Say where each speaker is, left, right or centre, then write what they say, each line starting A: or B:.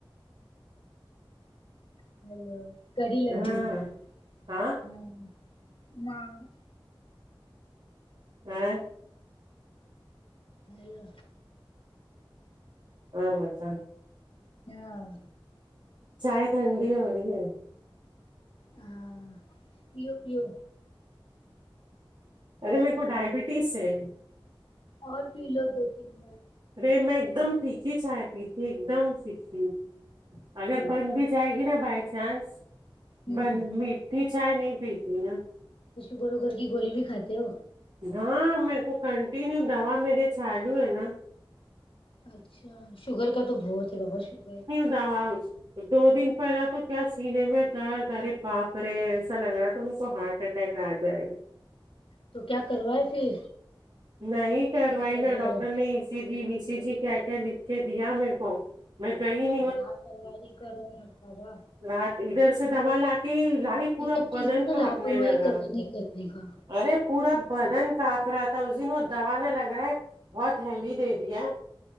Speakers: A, on the left; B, on the right.
A: <unintelligible>
B: ہاں ہاں <unintelligible>
A: ہیلو
B: اور بتاؤ
A: ہاں
B: چائے ٹھنڈی ہو رہی ہے
A: ہاں پیو پیو
B: ارے میرے کو ڈائبٹیز ہے
A: اور پی لو دو تین بار
B: رے میں ایک دم فکی چائے پی تھی ایک دم فکی اگر بن بھی جائے گی نا بائی چانس
A: ہوں
B: بن میٹھی چائے نہیں پیتی نا
A: شوگر ووگر کی گولی بھی کھاتے ہو
B: ہاں میر کو کنٹینیو دوا میرے چالو ہے نا
A: اچھا شوگر کا تو بہت ہے بابا شوگر
B: وا <unintelligible> دو دن پہلا تو کیا سینے میں در در باپرے ایسا لگ رہا تھا ان کو ہارڈ ٹہ کہ آا جائے
A: تو کیا کروائے پھر
B: نہیں کروائی
A: سرجری وغیرہ
B: نا ڈاکٹر نے ای سی جی و سی جی کیا کیا لکھ کے دیا میریکو میں گئی نہیں
A: <unintelligible> ج پروائی کرو ہوتا گا
B: رات ادھر سے دوا لا کے لائی پورا
A: یہ سب
B: بدن
A: چیز میں نا
B: کاپنے
A: لاپرواہی
B: لگا
A: کبھی نہیں کرنے کا
B: ارے پورا بدن کانپ رہا تھا تون وہ دوا نہ لگ رہا ہے بہت ہیوی دے دیا